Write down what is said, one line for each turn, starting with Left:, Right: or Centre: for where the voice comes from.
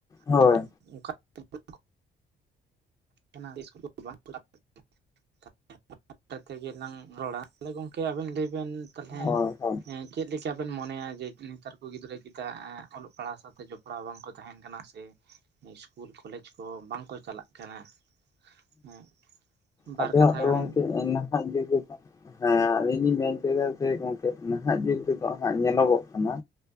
Left: ᱦᱳᱭ
Right: ᱦᱮᱸ ᱚᱝᱠᱟ <unintelligible> ᱚᱱᱟ ᱤᱥᱠᱩᱞ ᱠᱚ ᱵᱟᱝ ᱪᱟᱞᱟᱜ <unintelligible> <unintelligible> ᱛᱮᱜᱞᱟᱝ ᱨᱚᱲᱟ ᱛᱟᱦᱞᱮ ᱜᱚᱝᱠᱮ ᱟᱵᱮᱱ ᱞᱟᱹᱭ ᱵᱮᱱ ᱛᱟᱦᱚᱞᱮ
Left: ᱦᱳᱭ ᱦᱳᱭ
Right: ᱪᱮᱫ ᱞᱮᱠᱟ ᱵᱮᱱ ᱢᱚᱱᱮᱭᱟ ᱡᱮ ᱱᱮᱛᱟᱨ ᱠᱚ ᱜᱤᱫᱽᱨᱟᱹ ᱪᱮᱫᱟᱜ ᱚᱞᱚᱜ ᱯᱟᱲᱦᱟᱣ ᱥᱟᱶᱛᱮ ᱡᱚᱯᱲᱟᱣ ᱵᱟᱝᱠᱚ ᱛᱟᱦᱮᱸᱱ ᱠᱟᱱᱟ ᱥᱮ ᱤᱥᱠᱩᱞ ᱠᱚᱞᱮᱡᱽ ᱠᱚ ᱵᱟᱝᱠᱚ ᱪᱟᱞᱟᱜ ᱠᱟᱱᱟ᱾ ᱦᱮᱸ ᱵᱟᱨ
Left: ᱦᱮ ᱟᱫᱚ
Right: ᱠᱟᱛᱷᱟ
Left: ᱜᱚᱝᱠᱮ
Right: ᱜᱟᱱ
Left: ᱱᱟᱦᱟᱸᱜ ᱡᱩᱜ ᱨᱮᱫᱚ ᱦᱮᱸ ᱟᱞᱤᱧ ᱞᱤᱧ ᱢᱮᱱ ᱦᱚᱪᱚᱭᱟ ᱡᱮ ᱜᱚᱝᱠᱮ ᱱᱟᱦᱟᱜ ᱡᱩᱜᱽ ᱛᱮᱫᱚ ᱦᱟᱸᱜ ᱧᱮᱞᱚᱜᱚᱜ ᱠᱟᱱᱟ